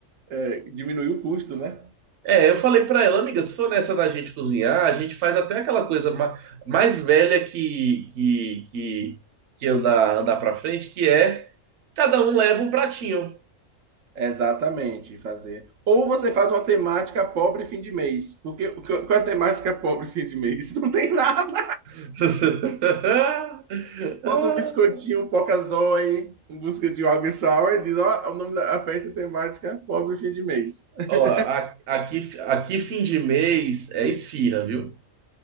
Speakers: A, on the right; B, on the right.
A: eh, diminuir o custo, né?
B: é, eu falei pra ela, amiga, se for nessa da gente cozinhar, a gente faz até aquela coisa ma- mais velha que, que, que, que andar, andar pra frente, que é cada um leva um pratinho.
A: Exatamente, fazer. Ou você faz uma temática pobre fim de mês. Porque o que- qual é a temática pobre fim de mês? <laughs> Não tem nada.
B: <laughs>
A: Bota um biscoitinho, um pocazói, em busca de água e sal, e diz, ó, o nome da festa temática é pobre fim de mês. <laughs>
B: Ó, a- aqui, aqui fim de mês é esfirra, viu?